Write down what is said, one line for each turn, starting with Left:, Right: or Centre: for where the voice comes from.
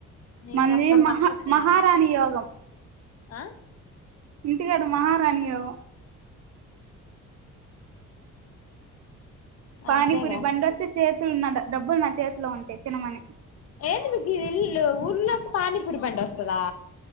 Left: నీకు
Right: మన్ది
Left: అస్సలు
Right: మహా
Left: నచ్చదులే
Right: మహారాణి యోగం
Left: ఆ
Right: ఇంటికాడ మహారాణి యోగం పానీపూరి
Left: అంతేగా
Right: బండి వస్తే చేతులు నా డబ్బులు నా చేతిలో ఉంటే తినమని
Left: ఏంది మీకు ఇల్లు ఊర్లోకి పానీ పూరి బండి వస్తదా